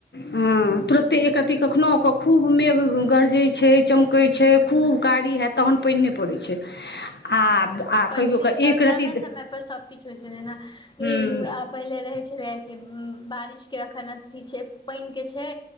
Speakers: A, on the left; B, on the left.
A: हँ तुरते एकरत्ती कखनो के खूब मेघ गरजे छै चमकै छै खूब कारी हयत तहन पा पाइन नै पड़ै छै आ आ
B: पहिले
A: कहियो कऽ
B: तऽ
A: एक
B: समय
A: रति
B: समय पर सभकिछु होइत छलै ने
A: हूँ
B: ई पहिले रहै छलै कि बारिशके एखन अथी छै पानिके छै